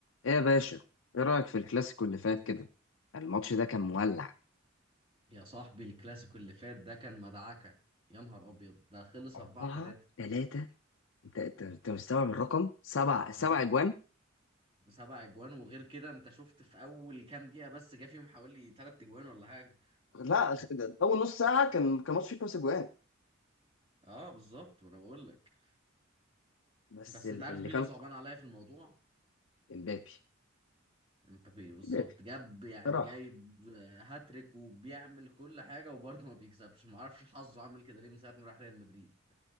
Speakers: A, on the left (about 80°); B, on the right (about 25°).
A: ايه يا باشا ايه رايك في الكلاسيكو اللي فات كده الماتش ده كان مولع
B: يا صاحبي الكلاسيكو اللي فات ده كان مدعكة يا نهار أبيض ده خلص
A: اربعة
B: 4 3
A: ثلاثة انت انت أنت مستوعب الرقم سبع سبع
B: اه
A: اجوان
B: سبع اجوان وغير كده انت شفت في اول كام دقيقة بس جه فيهم حوالي تلات اجوان ولا حاجة
A: لا ده ده اول نص ساعه كان كان ماتش فيه خمس اجوان
B: اه بالظبط ما انا بقول لك
A: بس
B: بس
A: ال-
B: انت عارف
A: اللي
B: مين
A: كان
B: اللي صعبان عليا في الموضوع
A: امبابي
B: امبابي بالظبط
A: امبابي
B: جاب يعني
A: صراحه
B: جايب آه، هاتريك وبيعمل كل حاجة وبرضه ما بيكسبش ما اعرفش حظه عامل كده ليه من ساعة ما راح ريال مدريد